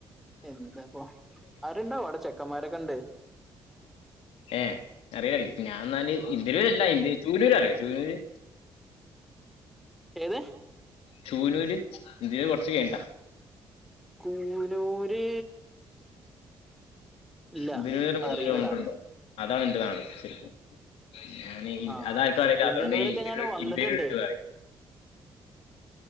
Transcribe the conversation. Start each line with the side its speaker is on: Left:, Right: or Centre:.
Centre: എന്താ അപ്പൊ ആരുണ്ടാവോ അവിടെ ചെക്കന്മാരൊക്കെ ണ്ട്
Left: ഏഹ് അറിയറിയാ ഞാൻ ന്നാല് ഇന്ദരൂര്ല്ല ചൂനൂര് അറിയോ ചൂനൂര്
Centre: ഏത്
Left: ചൂനൂര് ഇന്ദിനൂര് കുറച്ച് കഴിഞ്ഞ്ട്ടാ
Centre: കൂനൂര് ഇല്ല
Left: ഇതിനൊരു മൂന്ന്
Centre: അറിയില്ലടാ
Left: കിലോമീറ്റർ ഉണ്ടാവും അതാണ് എൻ്റെ നാട് ശരിക്കും ഞാൻ ഇ
Centre: ആഹ്
Left: അത് ആർക്കും അറിയില്ല
Centre: ഇന്ത്യന്നൂരൊക്കെ
Left: അതുകൊണ്ട് ഇ
Centre: ഞാൻ വന്നിട്ടുണ്ട്
Left: ഇന്ത്യ വിട്ട് പറയും <inaudible>